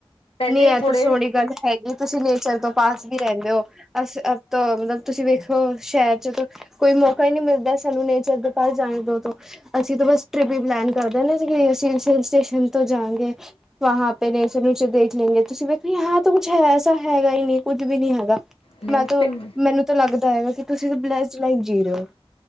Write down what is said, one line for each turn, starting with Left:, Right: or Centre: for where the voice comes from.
Left: ਪਹਿਲੇ
Centre: ਨਹੀਂ ਇਹ
Left: ਥੋੜੇ
Centre: ਤਾਂ ਸੋਹਣੀ ਗੱਲ ਹੈਗੀ ਤੁਸੀਂ ਨੇਚਰ ਤੋਂ ਪਾਸ ਵੀ ਰਹਿੰਦੇ ਹੋ ਅ ਤੋਂ ਮਤਲਬ ਤੁਸੀਂ ਵੇਖੋ ਸ਼ਹਿਰ ਚ ਕੋਈ ਮੌਕਾ ਹੀ ਨਹੀਂ ਮਿਲਦਾ ਸਾਨੂੰ ਨੇਚਰ ਦੇ ਪਾਸ ਜਾਣ ਤੋਂ ਤੋਂ ਅਸੀਂ ਤਾਂ ਬਸ ਟ੍ਰਿਪ ਹੀ ਪਲੈਨ ਕਰਦੇ ਨਾ ਅਸੀ ਸਟੇਸ਼ਨ ਤੋਂ ਜਾਗੇ ਵਹਾ ਪੇ ਨੇ ਨਚੇ ਦੇਖ ਲੈਂਦੇਗੇ ਤੁਸੀਂ ਵੇਖੋਾਂ ਤਾਂ ਕੁੱਛ ਹੈ ਐਸਾ ਹੈਗਾ ਹੀ ਨਹੀਂ ਕੁੱਝ ਵੀ ਨਹੀ ਹੈਗਾ
Left: ਨਹੀਂ
Centre: ਮੈਂ ਤਾਂ
Left: ਪਿੰ
Centre: ਮੈਨੂੰ ਤਾਂ ਲੱਗਦਾ ਹੈਗਾ ਕਿ ਤੁਸੀਂ ਬਲਾ ਚਲਾਈ ਜੀ ਰਹੇ ਹੋ